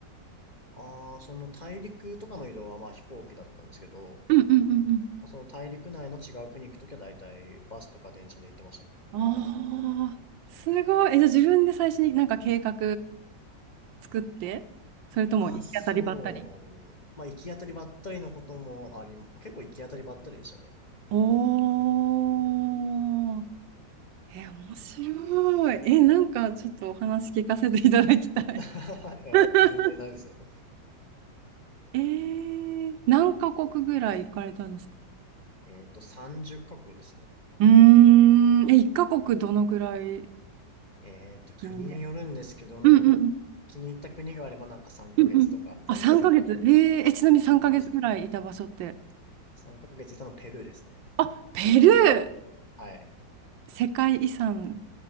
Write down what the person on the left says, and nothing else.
ああ、その大陸とかの移動はまあ飛行機だったんですけど、
まあその大陸内の違う国行くときは大体バスとか電車で行ってましたね。
あ、そう。まあ、行き当たりばったりのこともあり、結構行き当たりばったりでしたね。
<laughs>
いや全然大丈夫ですよ。
えっと、30カ国ですね。
えっと、
国によるんですけど、なんか
気に入った国があればなんか3ヶ月とか2ヶ月とか
いました。3ヶ月いたのペルーですね。
はい。